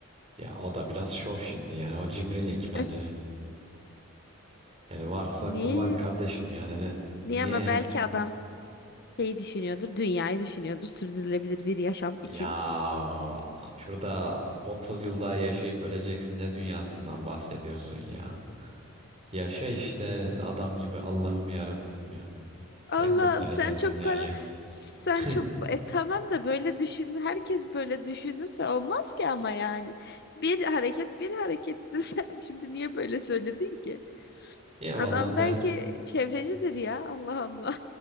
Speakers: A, on the right (about 30°); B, on the left (about 50°).
A: Ya o da biraz şov şimdi yani o cimrilik
B: <laughs>
A: bence. Yani varsa
B: Niye?
A: kullan kardeşim yani ne,
B: Niye
A: niye
B: ama belki adam şeyi düşünüyordur, dünyayı düşünüyordur sürdürülebilir bir yaşam
A: ya
B: için.
A: şurada 30 yıl daha yaşayıp öleceksin ne dünyasından bahsediyorsun ya. Yaşa işte adam gibi Allah'ım ya Rabbim ya. Sen
B: Allah
A: kurtaracaksın
B: sen çok
A: dünyayı.
B: para sen
A: <laughs>
B: çok e, tamam da böyle düşün herkes böyle düşünürse olmaz ki ama yani bir hareket bir harekettir <laughs> sen şimdi niye böyle söyledin ki
A: Ya vallahi
B: adam
A: ben
B: belki çevrecidir ya Allah Allah